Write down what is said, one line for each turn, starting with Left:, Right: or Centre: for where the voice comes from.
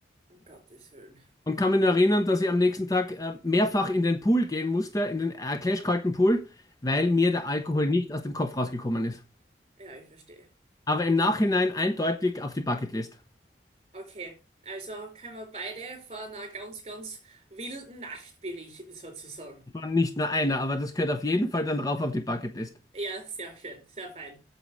Right: Um Gottes Willen.
Left: Und kann mich nur erinnern, dass ich am nächsten Tag äh, mehrfach in den Pool gehen musste, in den äh, klashkalten Pool, weil mir der Alkohol nicht aus dem Kopf rausgekommen ist.
Right: Ja, ich verstehe.
Left: Aber im Nachhinein eindeutig auf die Bucketlist.
Right: Okay, also können wir beide von einer ganz, ganz wilden Nacht berichten, sozusagen.
Left: Nicht nur einer, aber das gehört auf jeden Fall dann drauf auf die Bucketlist.
Right: Ja, sehr schön, sehr fein.